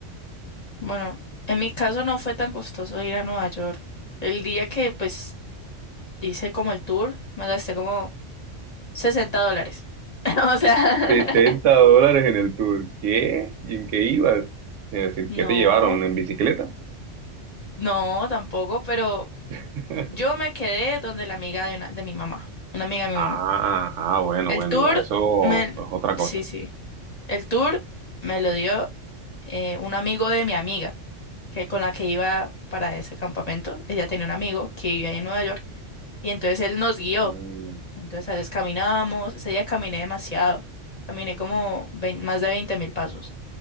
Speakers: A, on the left; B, on the right.
A: Bueno, en mi caso no fue tan costoso ir a Nueva York. El día que pues hice como el tour, me gasté como 60 dólares. <laughs> O sea,
B: sesenta dólares en el tour. ¿Qué? ¿Y en qué ibas? Es decir,
A: <laughs>
B: ¿Qué
A: no,
B: te llevaron? ¿En bicicleta?
A: no, tampoco, pero
B: <laughs>
A: yo me quedé donde la amiga de, una- de mi mamá, una amiga de
B: Ah,
A: mi mamá.
B: ah, bueno,
A: El
B: bueno,
A: tour
B: ya, eso
A: me...
B: es otra
A: Sí,
B: cosa.
A: sí. El tour me lo dio eh, un amigo de mi amiga, que con la que iba para ese campamento. Ella tenía un amigo que vivía ahí en Nueva York y entonces él nos guió.
B: Mm.
A: Entonces a veces caminábamos. Ese día caminé demasiado. Caminé como vein- más de veinte mil pasos.